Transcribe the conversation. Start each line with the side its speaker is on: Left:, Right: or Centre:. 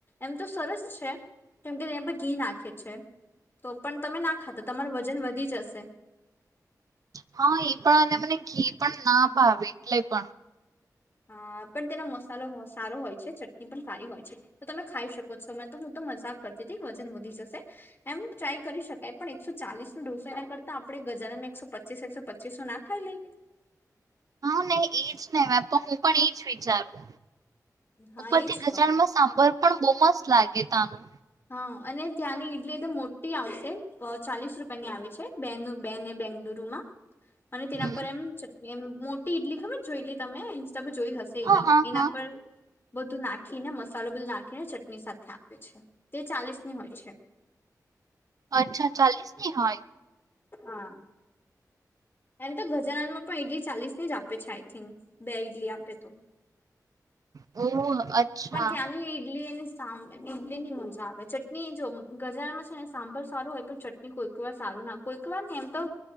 Left: એમ તો સરસ છે, કેમકે તે પર ઘી નાખે છે. તો પણ તમે ના ખાતા. તમારું વજન વધી જશે.
Right: હા એ પણ અને મને ઘે પણ ના ભાવે એટલે પણ.
Left: હા પણ તેનો મસાલો સારો હોય છે. ચટણી પણ સારી હોય છે, તો તમે ખાઈ શકો. સમય તો હું તો મજાક કર જેથી વજન વધી જશે એમ ટ્રાય કરી શકાય પણ એકસો ચાલીસ નો ડઢોસો એના, કરતા આપડે ગજાનમાં એકસો પચીસ એકસો પચીસો ના ખાઈ લઈએ?
Right: હા નહી એજ ને તો હું પણ એજ વિચારું.
Left: હા
Right: ઉપરથી
Left: એજ
Right: ગજાનન
Left: તો
Right: નો સાંભર પણ બહુ મસ્ત લાગે તાનું.
Left: હા, અને ત્યાંની ઈડલી એકદમ મોટી આવશે અહ ચાલીસ રૂપિયા ની આવે છે, બેનું બેનને બેંગલુરુમાં. અને તેના
Right: હમ
Left: પર એમ ચટની એમ મોટી ઈડલી ખબર જો એટલી, તમે ઇન્સ્ટા પર જોઈ હશે એવી
Right: હા હા
Left: એના
Right: હા
Left: પર બધું નાખીને મસ્ત સાલો બધું નાખીને ચટણી સાથે આપે છે. તે ચાલીસ ની હોય છે.
Right: અચ્છા ચાલીસની હોય?
Left: હા એમ તો ગજાનનમાં પણ ઇડલી ચાલીસ ને જ આપે છે આઈ થિંક, બે ઈડલી આપે તો.
Right: ઓહ. અચ્છા
Left: પણ ત્યાંની ઈડલી સા ઈડલી ની મજા આવે ચટણી જો ગજાનન માં છે, ને સાંભાર સારું હોય પણ ચટણી કોઈક વાર સારું નાખ કોઈક વાર ને એમ તો